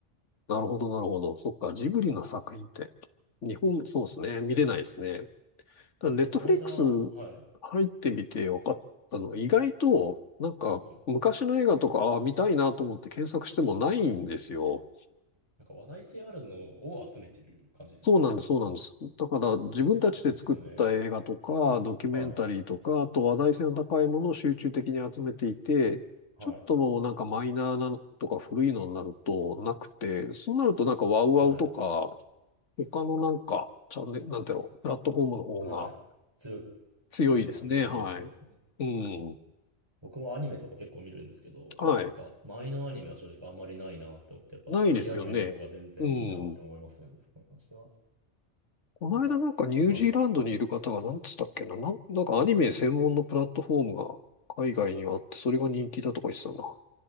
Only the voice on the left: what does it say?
なるほど、なるほど。そっか、ジブリの作品って、日本、そうですね、見れないですね。
ただネットフリックス
入ってみて分かったのは、意外と、なんか、
昔の映画とか、ああ、見たいなと思って検索してもないんですよ。
そうなんです、
そうなんです。だから、自分たちで作った映画とか、
ドキュメンタリーとか、
あと話題性の高いものを集中的に集めていて、
ちょっともうなんかマイナーなのとか古いのになるとなくて、そうなるとなんかワウワウとか、
他のなんか、チャンネル、なんていうの、プラットフォームの方が
強いですね。
はい。
うん。
はい。
ないですよね。
うん。
この間なんかニュージーランドにいる方がなんつったっけな、
なん、なんかアニメ専門のプラットフォームが海外にはあって、それが人気だとか言ってたな。